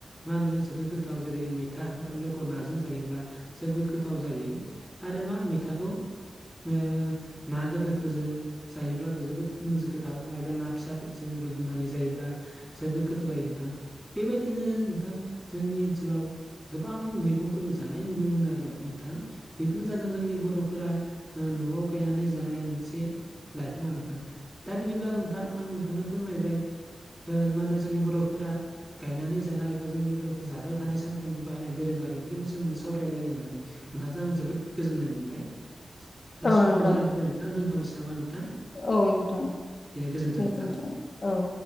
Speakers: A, in the centre; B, on the left.
A: मा होनो जोबोद गोथाव जेरै मैथा खान्थाल बेगर नाजों जायोब्ला जोबोद गोथाव जायो। आरो मा मैथाखौ ओ ना गोदोरफोरजों जायोब्लाबो जोबोद मो गोथाव बा ना फिसाफोरजों रुदुबनानै जायोब्ला जोबोद गोथाव जायो नोंथां बेबायदिनो नोंथां जोंनि ओनसोलाव गोबां मैगंफोरखौ जानाय नुनो मोनो आर' नोंथां - बेफोरनो जादों जोंनि बर'फोरा ओ न'आव गायनानै जानाय मोनसे लाइफां आरो नोंथां दा बिदिब्ला नोंथां आं नोंथांनो फोरमायबाय ओ मा होनो जोंनि बर'फोरा गायनानै जानाय बा जोंनि बरफो जाबाय थानाय सानफ्रोमबो बाहायनाय दोरोङारि ओंख्रिफोरनि सोमोन्दै सावरायलायलायनानै नोंथाजों आं जोबोद गोजोननाय मोनबाय दा
B: औ
A: समाबो
B: नोंथां
A: जाना फैबाय नोंथां दोनथ'नोसै नामा नोंथां
B: औ नोंथां
A: दे गोजोन्थों
B: गोजोनथों
A: नोंथां
B: औ